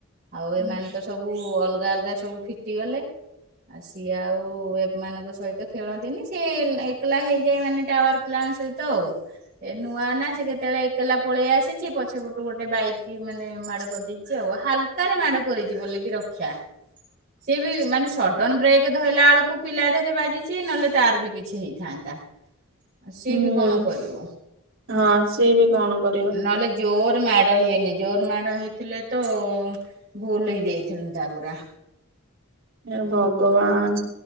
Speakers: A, on the right; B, on the right.
A: ଆଉ
B: ହଁ
A: ଏମାନେ ତ ସବୁ। ସବୁ ଅଲଗା ଅଲଗା ସବୁ ଫିଟି ଗଲେ ଆଉ ସିଏ ଆଉ ଏମାନଙ୍କ ସହିତ। ଖେଳନ୍ତିନି ସିଏ ଏକଲା ହେଇଯାଏ ମାନେ ଟାୱାର ପିଲାଙ୍କ ସହିତ ଆଉ। ଏ ନୂଆ ନା ସେ କେତେବେଳେ ଏକଲା। ପଳେଇ ଆସିଛି ପଛ ପଟୁ ଗୋଟେ ବାଇକ ମାନେ ମାଡ଼ କରିଦେଇଛି ଆଉ ହାଲକାରେ ମାଡ଼ କରିଛି ବୋଲିକି ରଖ୍ କ୍ଷା।
B: ହ <inaudible>
A: ସିଏ ବି ମାନେ ସଡନ ବ୍ରେକ୍ ଧଇଲା ବେଳକୁ ପିଲା ଧେରେ ବାଜି ଚି ନହେଲେ ତାର ବି କିଛି ହେଇଥାନ୍ତା। ଆଉ ସିଏ
B: ହୁଁ,
A: ବି କଣ କରିବ।
B: ହଁ ସିଏ ବି କଣ କରିବ।
A: ନହେଲେ ଜୋର ମାଡ ହେଇନି ଜୋର ମାଡ ହେଇଥିଲେ ତ ଭୁଲ ହେଇଯାଇଥାନ୍ତା ପୁରା।
B: ହେ ଭଗବାନ